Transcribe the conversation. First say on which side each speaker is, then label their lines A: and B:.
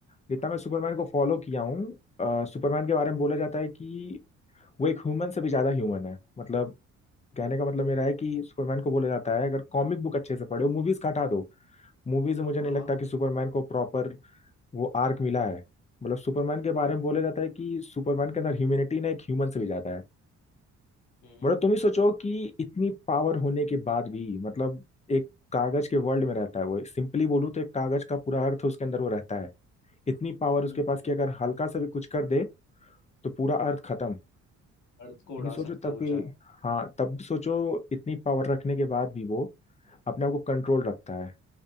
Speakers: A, on the left; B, on the left.
A: जितना मैं सुपरमैन को फॉलो किया हूँ अ, सुपरमैन के बारे में बोला जाता है कि वो एक ह्यूमन से भी ज्यादा ह्यूमन है मतलब कहने का मतलब मेरा है कि सुपरमैन को बोला जाता है अगर कॉमिक बुक अच्छे से पढ़ो मूवीज हटा दो मूवीज में मुझे
B: हाँ
A: नहीं लगता
B: हाँ
A: कि सुपरमैन को प्रॉपर वो आर्क मिला है मतलब सुपरमैन के बारे में बोला जाता है कि सुपरमैन के अंदर ह्यूमैनिटी ना एक ह्यूमन से भी ज्यादा है
B: हम्म
A: मतलब तुम ही सोचो कि इतनी पावर होने के बाद भी मतलब एक कागज के वर्ल्ड में रहता है वो सिंपली बोलूँ तो एक कागज का पूरा अर्थ उसके अंदर वो रहता है इतनी पावर
B: हम्म
A: उसके पास
B: हम्म,
A: कि अगर हल्का सा भी कुछ कर दे तो पूरा अर्थ खत्म
B: अर्थ को उड़ा
A: लेकिन सोचो
B: सकता
A: तब
B: है वो
A: भी
B: चाहे
A: हाँ तब भी सोचो इतनी पावर रखने के बाद भी वो अपने आप को कंट्रोल रखता है